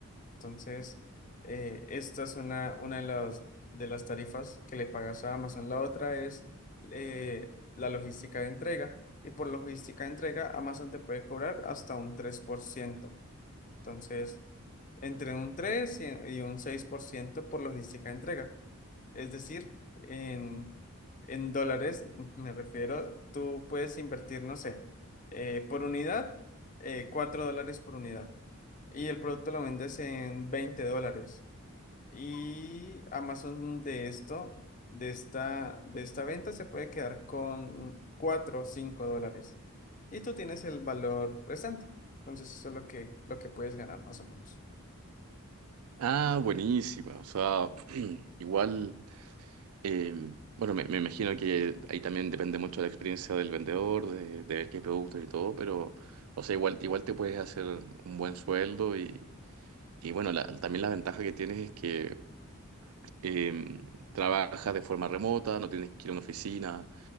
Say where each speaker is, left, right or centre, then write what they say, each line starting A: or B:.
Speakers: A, on the left (about 35°); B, on the right (about 80°).
A: Entonces, eh, esta es una, una de las, de las tarifas que le pagas a Amazon. La otra es eh, la logística de entrega. Y por logística de entrega, Amazon te puede cobrar hasta un tres por ciento entonces, entre un 3 y y un seis por ciento por logística de entrega. Es decir, en, en dólares, me refiero, tú puedes invertir, no sé, eh, por unidad, eh, 4 dólares por unidad. Y el producto lo vendes en 20 dólares. Y Amazon de esto, de esta, de esta venta, se puede quedar con 4, o 5 dólares. Y tú tienes el valor restante. Entonces, eso es lo que, lo que puedes ganar más o menos.
B: Ah, buenísima. O sea, <clears throat> igual. Eh, bueno, me, me imagino que ahí también depende mucho de la experiencia del vendedor, de, de ver qué productos y todo, pero, o sea, igual, igual te puedes hacer un buen sueldo y, y bueno, la- también la ventaja que tienes es que eh, trabajas de forma remota, no tienes que ir a una oficina